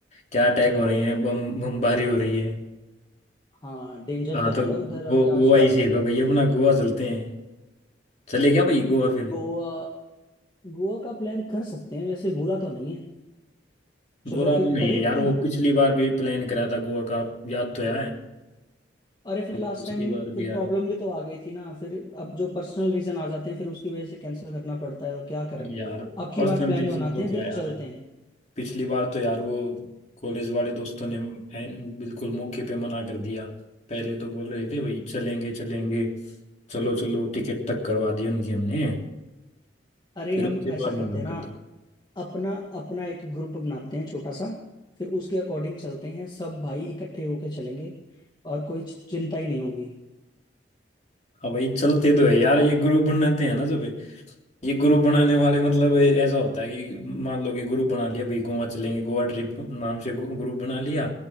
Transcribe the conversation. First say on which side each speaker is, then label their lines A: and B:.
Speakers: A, on the left (about 40°); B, on the left (about 25°).
A: क्या अटैक हो रहे हैं बम बमबारी हो रही है
B: हाँ डेंजर
A: हाँ
B: तो
A: तो
B: है उधर
A: गो
B: अभी
A: गोवा
B: आजकल
A: ही सेफ है भाई अपना गोवा चलते हैं चले क्या भाई गोवा फिर
B: गोवा गोवा का प्लान कर सकते हैं वैसे बुरा तो नहीं है चलो
A: बुरा तो
B: फिर
A: नहीं
B: करें
A: है यार
B: प्लान
A: वो पिछली बार भी प्लान करा था गोवा का आप याद तो है
B: अरे फिर
A: वो
B: लास्ट
A: पिछली
B: टाइम
A: बार
B: फिर
A: भी यार
B: प्रॉब्लम भी तो आ गई थी ना फिर अब जो पर्सनल रीजन आ जाते हैं फिर उसकी वजह से कैंसिल करना पड़ता है तो क्या करें
A: अरे यार
B: अब की
A: पर्सनल
B: बार प्लान
A: रीजन
B: बनाते
A: तो
B: हैं
A: क्या
B: फिर
A: यार
B: चलते
A: है
B: हैं
A: पिछली बार तो यार वो कॉलेज वाले दोस्तों ने एन- बिल्कुल मौके पे मना कर दिया पहले तो बोल रहे थे भाई चलेंगे चलेंगे चलो चलो टिकट तक करवा दी उनकी हमने
B: अरे
A: फिर
B: हम
A: उसके
B: ऐसा
A: बाद
B: करते
A: मना
B: हैं ना
A: कर दिया
B: अपना अपना एक ग्रुप बनाते हैं छोटा सा फिर उसके अकॉर्डिंग चलते हैं सब भाई इकट्ठे होके चलेंगे और कोई चिंता ही नहीं होगी
A: अब भाई चलते तो है यार ये ग्रुप बनाते हैं ना सब ये ग्रुप बनाने वाले मतलब ए- ऐसा होता है कि मान लो कि ग्रुप बना लिया भाई गोवा चलेंगे गोवा ट्रिप नाम से ग्रु- ग्रुप बना लिया
B: हम्म